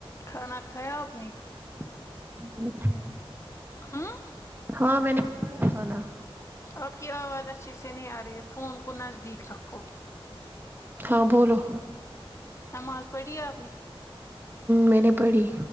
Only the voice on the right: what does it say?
<unintelligible>
ہاں میں نے کھایا کھانا
ہاں بولو
میں نے پڑھی